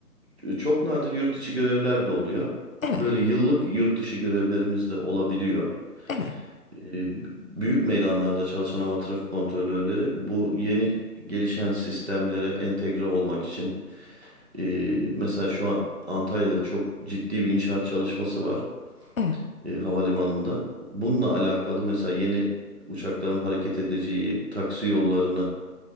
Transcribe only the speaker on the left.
evet,
evet,
evet.